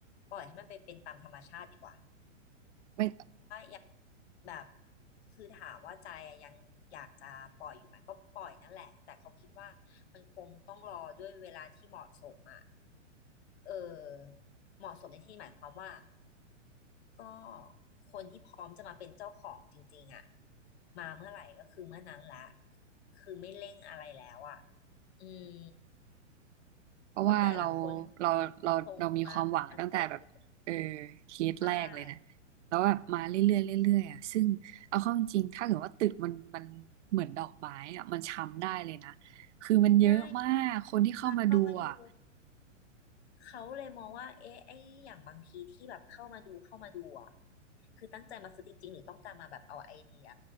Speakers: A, on the left; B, on the right.
A: ปล่อยให้มันไปเป็นตามธรรมชาติดีกว่า
B: ไม่
A: อยากแบบคือถามว่าใจอะยังอยากจะปล่อยอยู่ไหมก็ปล่อยนั่นแหละแต่เขาคิดว่ามันคงต้องรอด้วยเวลาที่เหมาะสมอ่ะเออเหมาะสมในที่นี้หมายความว่าก็คนที่พร้อมจะมาเป็นเจ้าของจริงๆอ่ะมาเมื่อไหร่ก็คือเมื่อนั้นละคือไม่เร่งอะไรแล้วอ่ะอืม
B: เพราะว่าเรา
A: เพราะแต่ละคน
B: เราเราเรามีความหวังตั้งแต่แบบเออ
A: ทรงมาแบบมั่นใจเกิน
B: เคสแรกเลยนะ
A: ใช่
B: แล้วแบบมาเรื่อยๆเรื่อยๆอ่ะซึ่งเอาเข้าจริงๆถ้าเกิดว่าตึกมันมันเหมือนดอกไม้อ่ะมันช้ำได้เลยนะคือมันเยอะมากคนที่เข้ามาดูอ่ะ
A: ใช่มาเข้ามาดู เขาเลยมองว่าเอ๊ะไอ้อย่างบางทีที่แบบเข้ามาดูเข้ามาดูอ่ะคือตั้งใจมาซื้อจริงๆหรือต้องการมาแบบเอาไอเดีย